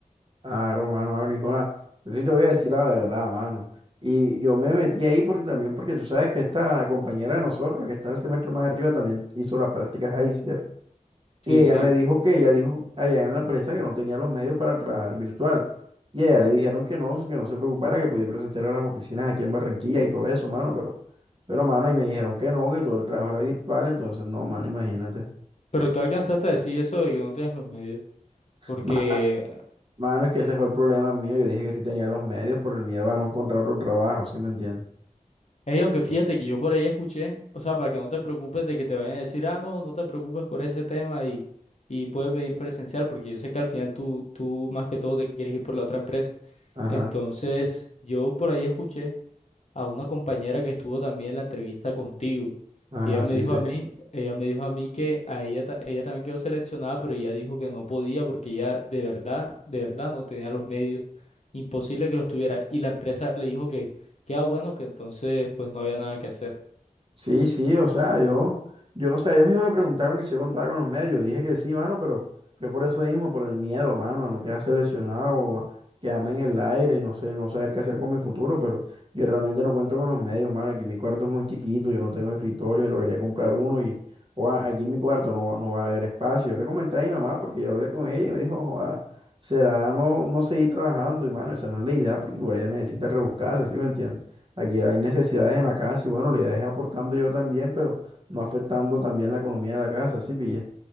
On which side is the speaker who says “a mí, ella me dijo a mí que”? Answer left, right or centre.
Left